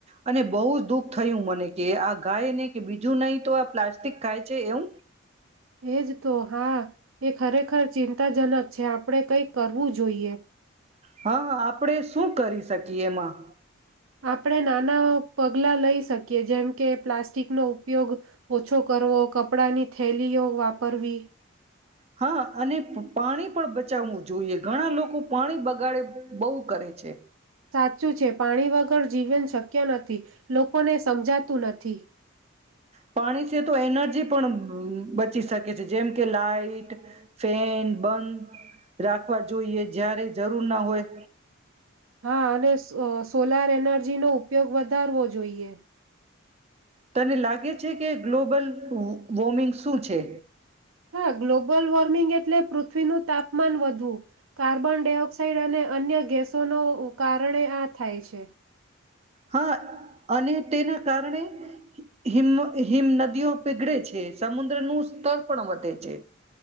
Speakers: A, on the right (about 30°); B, on the right (about 75°).
A: અને બહુ જ દુઃખ થયું મને કે આ ગાયને કે બીજું નય તો આ પ્લાસ્ટિક ખાય છે એઉ.
B: એજ તો હા એ ખરેખર ચિંતાજનક છે આપણે કંઈક કરવું જોઈએ.
A: હા, આપરે શું કરી શકીએ એમાં.
B: આપરે નાના પગલાં લઈ શકીએ જેમ કે પ્લાસ્ટિકનો ઉપયોગ ઓછો કરવો, કપડાંની થેલીઓ વાપરવી.
A: હા, અને પાણી પણ બ ચાવું જોઈએ ઘણા લોકો પાણી બગાડે બોઉ કરે છે.
B: સાચું છે, પાણી વગર જીવન શક્ય નથી લોકોને સમજાતું નથી.
A: પાણી છે તો એનર્જી પણ બચી શકે છે જેમ કે લાઈટ, ફેન, બંધ રાખવા જોઈએ જ્યારે જરૂર ના હોય.
B: હા અને સ સોલાર એનર્જી નો ઉપયોગ વધારવો જોઈએ.
A: તને લાગે છે કે ગ્લોબલ વોર્મિંગ શું છે?
B: હા, ગ્લોબલ વોર્મિંગ એટલે પૃથ્વીનું તાપમાન વધવું, કાર્બન ડાયોક્સાઈડ અને અન્ય ગેસોના કારણે આ થાય છે.
A: હા, અને તેના કારણે હિમ હિમ નદીઓ પીગળે છે સમુદ્ર નું સ્તર પણ વધે છે.